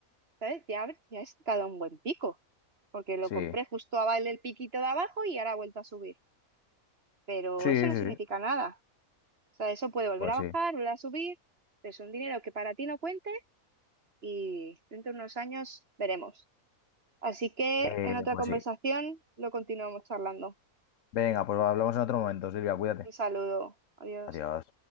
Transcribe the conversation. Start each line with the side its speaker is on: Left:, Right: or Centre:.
Right: ¿sabes? Ya, habré- ya he sacado un buen pico, porque lo
Left: Sí,
Right: compré justo abajo el piquito de abajo y ahora ha vuelto a subir. Pero
Left: sí,
Right: eso no
Left: sí,
Right: significa
Left: sí.
Right: nada. O sea, eso puede volver
Left: Pues
Right: a
Left: sí.
Right: bajar, volver a subir. Es un dinero que para ti no cuente y dentro de unos años veremos. Así que
Left: Eh,
Right: en otra
Left: pues
Right: conversación
Left: sí.
Right: lo continuamos charlando.
Left: Venga, pues hablamos en otro momento, Silvia, cuídate.
Right: Un saludo. Adiós.
Left: Adiós.